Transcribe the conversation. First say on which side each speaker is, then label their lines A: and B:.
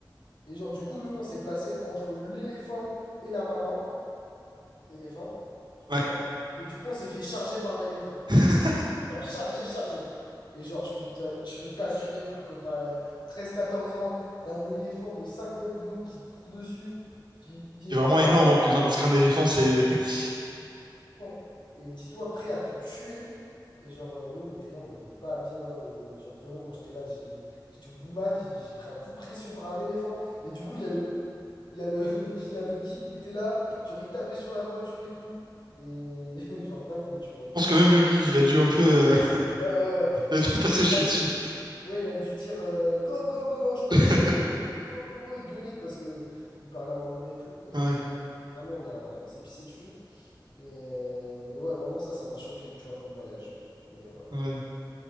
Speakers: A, on the left; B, on the right.
A: Et genre du coup, nous, on s'est placé entre l'éléphant et la maman, éléphant,
B: Ouais.
A: sûrement. Et du coup, on s'est fait charger par l'éléphant.
B: <laughs>
A: Genre chargé, chargé. Et genre, je peux t'a- je peux t'assurer que quand t'as 13-14 ans, t'as un éléphant de 5 mètres de haut qui te court dessus, qui, qui
B: C'est
A: est
B: vraiment
A: prêt
B: énorme
A: à
B: en plus, hein, parce qu'un éléphant, c'est. <laughs> Je
A: Non. Et dis-toi, prêt à te tuer. Et genre, euh, nous, on était là, on n'était pas bien. Et genre, vraiment, moi, j'étais là, j'ai- j'étais au bout de ma vie. J'ai pris un coup de pression par un éléphant. Et du coup, il y a le, il y a le, <laughs> il y a le guide qui était là. Genre, il tapait sur la voiture et tout. Et <laughs> genre, dingue, tu vois.
B: pense que même
A: Donc,
B: le guide, il a dû un peu, euh,
A: ouais, ouais, ouais.
B: <laughs> il
A: Genre,
B: a dû
A: je
B: un
A: sais
B: peu
A: plus
B: se
A: ce qu'il
B: chier
A: avait
B: dessus.
A: dit. Ouais, il a dû dire euh, go, go, go. Je crois
B: <laughs>
A: qu'il avait dit un truc go, go, go. Il gueulait parce que il parlait en anglais et tout. Et
B: Ouais,
A: genre, vraiment, on a, on s'est pissé dessus. Mais, euh, mais ouais, vraiment, ça, ça m'a choqué, tu vois, comme voyage. Mais voilà.
B: ouais,